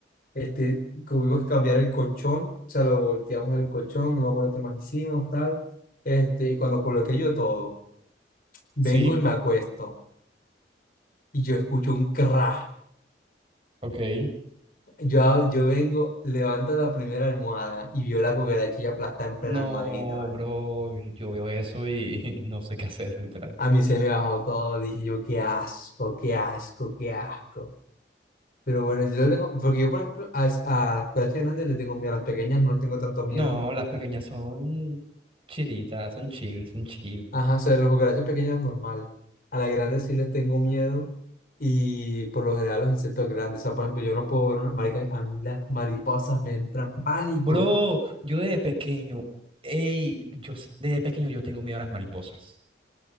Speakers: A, on the left; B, on the right.
A: este, tuvimos que cambiar el colchón, o sea, lo volteamos el colchón, no me acuerdo qué más hicimos, tal, este, y cuando coloqué yo todo, vengo
B: sí,
A: y me acuesto, y yo escucho un crash,
B: ok.
A: yo, yo vengo, levanto la primera almohada, y veo la cucaracha ya aplastada en plena
B: No,
A: almohadita,
B: bro, yo veo eso y <laughs> no sé qué hacer, literal.
A: A mí se me bajó todo, dije yo, qué asco, qué asco, qué asco. Pero bueno, yo lo tengo, porque yo, por ejemplo, a, a las cucarachas grandes le tengo miedo, a las pequeñas no tengo tanto miedo.
B: No, las pequeñas son chiritas, son chill, son chill.
A: Ajá, o sea, a las cucarachas pequeñas normal. A las grandes sí les tengo miedo y por lo general a los insectos grandes. O sea, por ejemplo, yo no puedo ver una marica, a mí las mariposas me entran pánico.
B: Bro, yo de pequeño, ey, yo s- de pequeño yo tengo miedo a las mariposas.